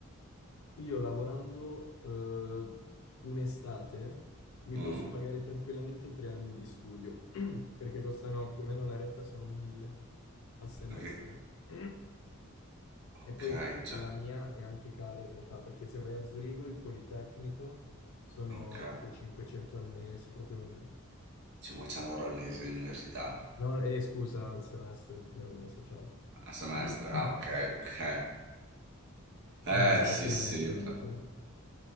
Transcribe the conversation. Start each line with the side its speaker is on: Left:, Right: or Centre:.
Left: io lavorando eh, un'estate mi
Right: Mhm.
Left: posso pagare tranquillamente tre anni di studio, <clears throat> perché costano più o meno la retta sono mille a semestre.
Right: Ok.
Left: <clears throat>
Right: Ok,
Left: E poi
Right: già,
Left: la mia è anche cara in realtà, perché se vai a Zurigo, il Politecnico sono
Right: ok.
Left: tipo 500 al mese, proprio...
Right: 500 euro al mese di università
Left: No, eh, scusa, al semestre, sì, al mese, ciao.
Right: a semestre.
Left: <clears throat>
Right: Ah, ok, ok. Eh,
Left: Mm, Infatti
Right: sì,
Left: non
Right: sì,
Left: è tanto.
Right: p-